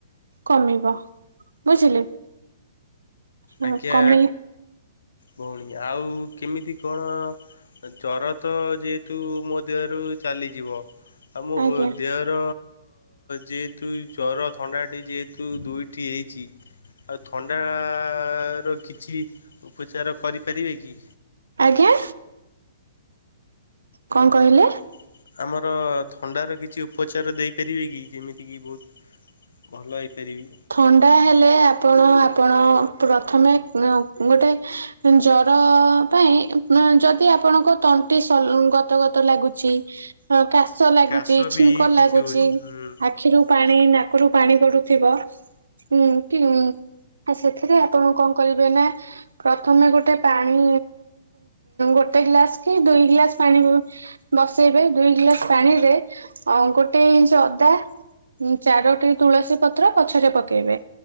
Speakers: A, on the right; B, on the left.
A: କମିବ ବୁଝିଲେ। ହଁ
B: ଆଜ୍ଞା
A: କମିଲେ
B: ଭଉଣୀ ଆଉ କେମିତି କ'ଣ। ଜର ତ ଯେହେତୁ ମୋ ଦେହରୁ ଚାଲିଯିବ। ଆମ
A: ଆଜ୍ଞା
B: ଦେହର ଯେହେତୁ ଜର ଥଣ୍ଡା ଟିକେ। ତୁ ଦୁଇଟି ହେଇଛି ଆଉ ଥଣ୍ଡା। ଆ ର କିଛି ଉପଚାର କରିପାରିବେ କି?
A: ଆଜ୍ଞା। କଁ କହିଲେ।
B: ଆ ଆମର ଥଣ୍ଡାର କିଛି ଉପଚାର ଦେଇପାରିବେ କି ଯେମିତିକି ବହୁତୁ। ଭଲ ହେଇପାରିବି।
A: ଥଣ୍ଡା ହେଲେ ଆପଣ ଆପଣ ପ୍ରଥମେ କଁ ଗୋଟେ। ଜର ପାଇଁ ଯଦି ଆପଣଙ୍କ ତଣ୍ଟି ସଲ ଗତ ଗତ ଲାଗୁଛି। ହଁ କା। ଶୋଷ ଲାଗୁଛି
B: କାଶ
A: ଛିଙ୍କ
B: ବି କିଛି
A: ଲାଗୁଛି
B: ହଉଛି ହୁଁ।
A: ଆଖିରୁ ପାଣି ନାକରୁ ପାଣି ଗଡୁଥିବ। ହୁଁ କି ହୁଁ ସେଥିରେ ଆପଣ କଁ କରିବେ ନା। ପ୍ରଥମେ ଗୋଟେ ପାଣି ଗୋଟେ ଗ୍ଲାସ କି ଦୁଇ ଗ୍ଲାସ ପାଣି ବସେଇବେ ଦୁଇ ଗ୍ଲାସ ପାଣିରେ ଗୋଟେ ଇଞ୍ଚି ଅଦା। ଉଁ ଚାରୋଟି ତୁଳସୀ ପତ୍ର ପଛରେ ପକେଇବେ।